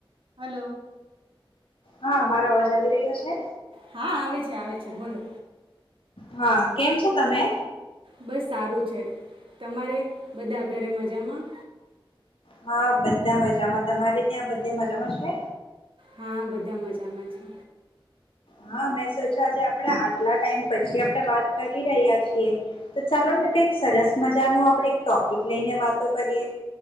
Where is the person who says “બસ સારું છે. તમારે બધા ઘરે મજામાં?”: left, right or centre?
Right